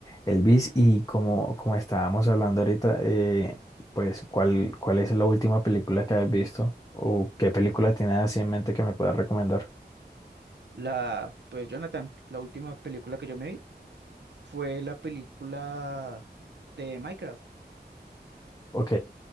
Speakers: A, on the left; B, on the right.
A: Elvis, y como, como estábamos hablando ahorita, eh, pues, ¿cuál, cuál es la última película que has visto? ¿O qué película tienes así en mente que me puedas recomendar?
B: La, pues Jonathan, la última película que yo me vi fue la película de Minecraft.
A: Ok,